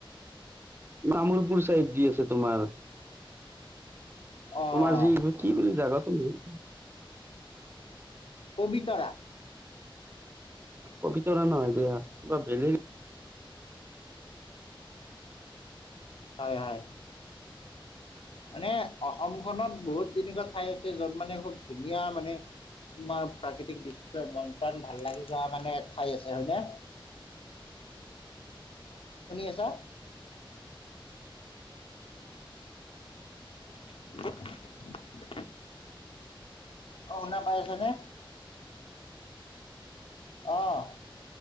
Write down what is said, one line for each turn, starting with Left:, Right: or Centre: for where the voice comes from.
Right: তামুলপুৰ চাইড যি আছে তোমাৰ।
Left: অঁ
Right: তোমাৰ যিৰ কি বুলি জাগাতো পাহৰিছো।
Left: পবিতৰা
Right: পবিতৰা নহয় দিয়া কিবা বেলেগ।
Left: হয়-হয় মানে অসমখনত বহুত তেনেকুৱা ঠাই আছে য'ত মানে খুব ধুনীয়া মানে তোমাৰ প্ৰাকৃতিক দৃশ্য় মন প্ৰাণ ভাল লাগি যোৱা মানে ঠাই আছে হয় নে।
Right: <unintelligible>
Left: শুনি আছা? <unintelligible> অ' শুনা পাই আছ নে? অহ